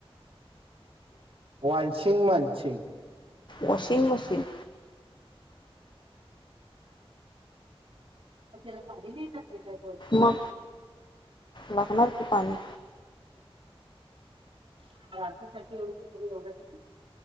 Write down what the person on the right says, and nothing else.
वानसिंग, मानसिंग
पण त्याला पाणी लय लागतय काय? वाॅशिंग मशिन
<unintelligible>